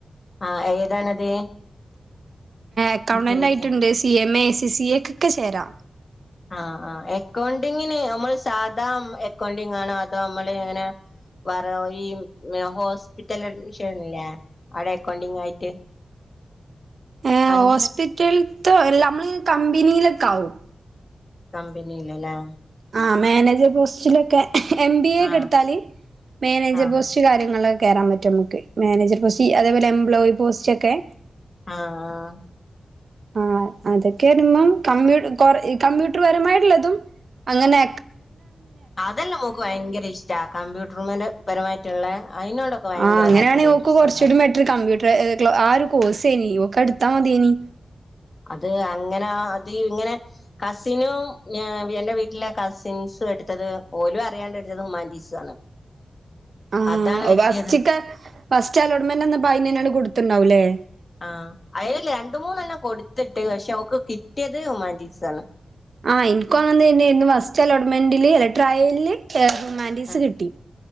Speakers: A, on the left; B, on the right.
A: ആഹ് ഏതാണത്
B: അക്കൗണ്ടന്റ്
A: പി കെ
B: ആയിട്ടുണ്ട്
A: ജി
B: C M A A C എക്ക ഒക്കെ ചേരാം
A: ആഹ ആ് എക്കൗണ്ടിങ്ങിന് നമ്മള് സാധാ എക്കൗണ്ടി ആണോ അതോ നമ്മള് എങ്ങനെ വേറെ ഈ ഹോസ്പിറ്റല അഡ്മിഷൻ ആണില്ലേ അവിടെ അക്കോണ്ടിങ്ങ ആയിട്ട് <inaudible>
B: ഏ
A: അങ്ങനെ
B: ഹോസ്പിറ്റലത്ത നമ്മളി കമ്പനിയിലൊക്കെ ആാവും
A: കമ്പനില്ലല്ലേ
B: ആ മാനേജർ പോസ്റ്റിലൊക്കെ എം ബി എ ഒക്കെ
A: ആഹ്
B: എടുത്താല് മാനേജർ
A: ആഹ്
B: പോസ്റ്റ് കാര്യങ്ങൾ കേറൻ പറ്റും നമുക്ക് മാനേജർ പോസ്റ്റ് അതേപോല എംപ്ലയി പോസ്റ്റ് ഒക്കെ
A: ആഹ
B: ആഹ അതൊക്കെ നിമ്മ കമ്മ്യൂ കമ്പ്യൂട്ടർ പരമായിട്ട അനെ
A: അതല്ലേ നമുക്ക് ഭയങ്കര ഇഷ്ട കമ്പ്യൂട്ടർമാന്റെ പരമായിട്ടുള്ള അതിനോടൊക്കെ ഭയങ്കര
B: ആഹ് അങ്ങനെയാണ്ക്ക്
A: താല്പര്യം ഇൻട്രസ്റ്റ്
B: കൊറച്ചൂടി
A: ഉള്ളത്
B: ബെറ്റർ കമ്പ്യൂട്ടർ ആ ഒരു കോഴ്സെനി ട്ട മതിയെനി
A: അത് അങ്ങനെ അത് ഇങ്ങനെ കസിനും എൻറെ വീട്ടിലെ കസിൻസ് എടുത്തത് ഓലും അറിയാണ്ട എടുത്തത് ഹുമാൻടീസ ആണ്
B: ആഹ
A: അതാണ് പറ്റിയത്
B: വസ്ിക്ക വസ്റ്റ് അലോട്ടമെന്റ് വന്നപ്പോ അയ്നാണ് തന്നട കൊടുത്തുണ്ടാവുംല്ലേ
A: ആഹ അതിൽ രണ്ട മൂന്നെല്ലാം കൊടുത്തിട്ട് പക്ഷെ അവക്ക് കിട്ടിയത് ഹമാൻറീസ ആണ്
B: ആഹ എനിക്കും അങ്ങ ഇന്ന് ബസ്റ്റല ഉടമണ്ട ഇല്ലട്രായലല് ഹുമാൻഡീസ്
A: ആ
B: കിട്ടി